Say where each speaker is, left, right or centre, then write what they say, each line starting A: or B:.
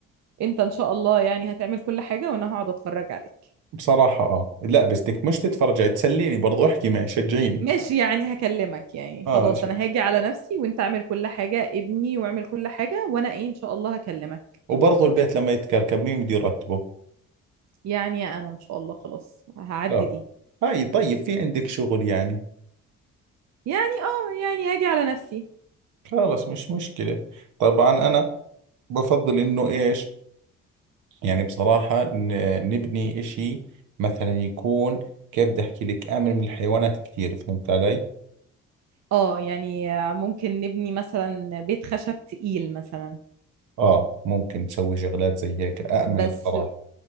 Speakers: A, on the right; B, on the right.
A: انت ان شاء الله يعني هتعمل كل حاجة وانا هقعد اتفرج عليك
B: بصراحة اه لا بس بدك مش تتفرجي تسليني برضو احكي معي شجعيني
A: ماشي يعني هكلمك يعني
B: اه
A: خلاص
B: شيء
A: انا هاجي على نفسي وانت اعمل كل حاجة ابني واعمل كل حاجة وانا ايه ان شاء الله هكلمك
B: وبرضو البيت لما يتكركب مين بده يرتبه
A: يعني انا ان شاء الله خلاص هعدي
B: خلاص
A: دي
B: هاي طيب في عندك شغل يعني
A: يعني اه يعني هاجي على نفسي
B: خلاص مش مشكلة طبعا انا بفضل انه ايش يعني بصراحة ن- نبني إشي مثلا يكون كيف بدي أحكي لك آمن من الحيوانات كثير فهمت علي؟
A: اه يعني ممكن نبني مثلا بيت خشب تقيل مثلا
B: آه ممكن تسوي شغلات زي هيك آمن
A: بس
B: بصراحة